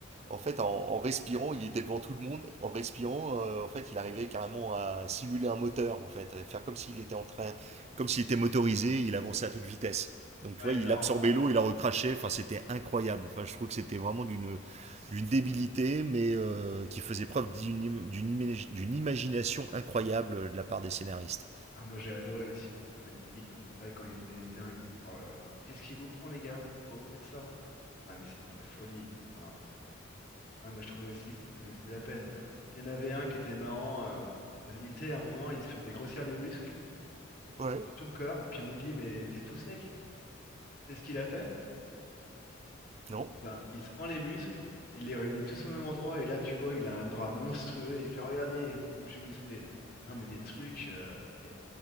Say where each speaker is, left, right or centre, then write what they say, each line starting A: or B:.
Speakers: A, on the right (about 35°); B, on the left (about 50°).
A: En fait, en, en respirant, il était devant tout le monde. En respirant, euh, en fait, il arrivait carrément à simuler un moteur, en fait. À faire comme s'il était en train... Comme s'il était motorisé, il avançait à toute vitesse. Donc,
B: Ah,
A: tu vois,
B: énorme.
A: il absorbait
B: Ah, ouais.
A: l'eau, il la recrachait. Enfin, c'était incroyable. Enfin, je trouve que c'était vraiment d'une une débilité, mais euh, qui faisait preuve d'une d'une imagination incroyable de la part des scénaristes.
B: Ah, moi, j'ai adoré aussi. C'était magnifique. hein. Mais c'est vrai quand ils faisaient les dingues. Oh là là. Mais qu'est-ce qui vous prend, les gars? Pourquoi vous faites ça? Ah, mais c'était de la folie. Enfin, ah, moi, je trouvais aussi que c'était même plus la peine. Puis il y en avait un qui était marrant. euh, parce qu'il était à un moment, il se faisait grossir les muscles,
A: Ouais.
B: sur tout le corps. Puis on lui dit, mais t'es tout sec. C'est ce qu'il a fait?
A: Non.
B: Et ben, il se prend les muscles, il les réunit tous au même endroit, et là, tu vois, il a un bras monstrueux, il fait regarder comme je suis musclé. Non, mais des trucs, euh, mais